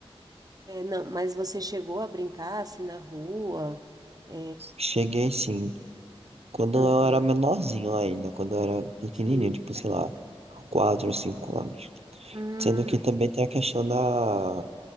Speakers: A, on the right; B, on the right.
A: É, não, mas você chegou a brincar assim na rua? É.
B: Cheguei sim, quando
A: Aham,
B: eu era menorzinho ainda, quando eu era pequenininho,
A: sim.
B: tipo, sei lá, 4 5 anos.
A: Hum,
B: Sendo que também tem a questão da,